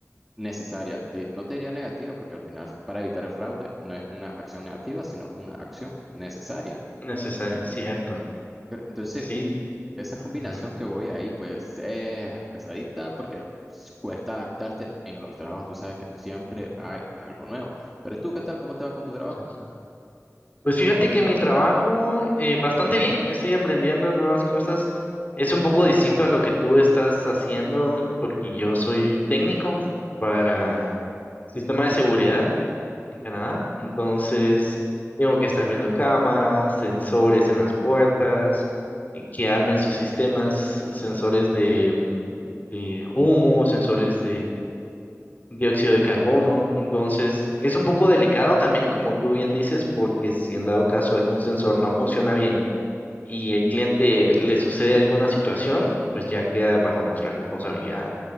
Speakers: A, in the centre; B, on the left.
A: necesaria? Te- no te diría negativa porque al final para evitar el fraude no es una acción negativa, sino una acción necesaria.
B: Necesario, cierto.
A: Pero, entonces,
B: Sí.
A: esa
B: ujú,
A: combinación que voy ahí, pues es pesadita porque s- cuesta adaptarte en los trabajos. Tú sabes que siempre hay algo nuevo. Pero tú, ¿qué tal? ¿Cómo te va con tu trabajo?
B: sí, sí. Pues fíjate que mi trabajo eh, bastante bien, estoy aprendiendo nuevas cosas. Es un poco distinto a lo que tú estás haciendo porque yo soy técnico para sistema de seguridad en Canadá. Entonces, tengo que estar viendo cámaras, sensores en las puertas, y que armen sus sistemas, sensores de, mm, de humo, sensores dióxido de carbono. Entonces, es un poco delicado también, como tú bien dices, porque si en dado caso algún sensor no funciona bien y el cliente le sucede alguna situación, pues ya queda bajo nuestra responsabilidad